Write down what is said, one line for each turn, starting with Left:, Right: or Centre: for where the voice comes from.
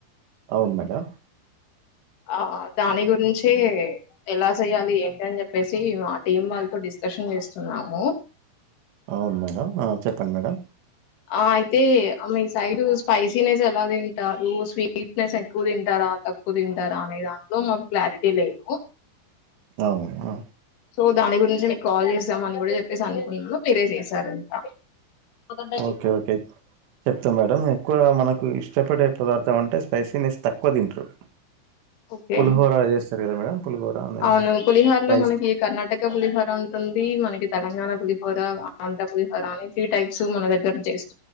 Right: అవును మేడం
Left: ఆ దాని గురించి ఎలా చెయ్యాలి ఏంటి అని చెప్పేసి మా టీం వాళ్ళతో డిస్కషన్ చేస్తున్నాము
Right: అవును మేడం చెప్పండి మేడం
Left: ఆ అయితే మీ సైడ్ స్పైసీ నెస్ ఎలా తింటారు స్వీట్ నెస్ ఎక్కువ తింటారా తక్కువ తింటారా అనే దాంట్లో మాకు క్లారిటీ లేదు
Right: అవునా
Left: సో దాని గురించి మీకు కాల్ చేస్తామ్ అని కూడా చెప్పేసి అనుకున్నాను మీరే చేసారు ఇంక కోదంట చిప్
Right: ఓకే ఓకే చెప్తాం మేడం ఎక్కువ మనకు నాకు ఇష్టపడే పదార్థం అంటే స్పైసీనెస్ తక్కువ తింటరు
Left: ఓకే
Right: పుల్హోరా ఇస్ సరేనా మేడం పులిహోర అనేది
Left: అవును పులిహోర లో
Right: రైస్
Left: మనకి కర్ణాటక పులిహోర ఉంటుంది మనకి తెలంగాణ పులిహో పులిహోర ఆంధ్రప్రదేశ్ అని త్రీ టైప్స్ మన దగ్గర చేసి